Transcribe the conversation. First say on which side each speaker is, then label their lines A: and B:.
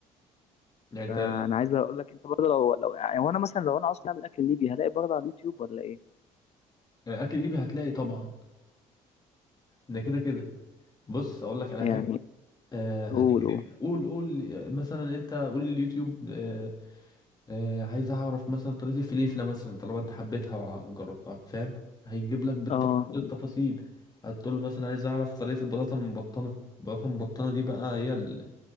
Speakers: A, on the left (about 25°); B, on the left (about 45°).
A: يعني انت
B: فانا عايز اقول لك انت برضه لو لو يعني هو انا مثلا لو انا عاوز اعمل اكل ليبي هلاقي برضه على اليوتيوب ولا ايه
A: يعني اكل ليبي هتلاقي طبعا ده كده كده بص اقول لك على
B: يعني
A: حاجه آه هتكتب
B: قول قول
A: قول قول آه، مثلا انت قول اليوتيوب آه، آه، عايز اعرف مثلا طريقة الفليفلة مثلا طالما انت حبيتها وع- وجربتها فاهم هيجيب لك بالتف-
B: اه
A: بالتفاصيل هتقول له مثلا عايز اعرف طريقة البطاطا المبطنة البطاطا المبطنة دي بقى هي ال...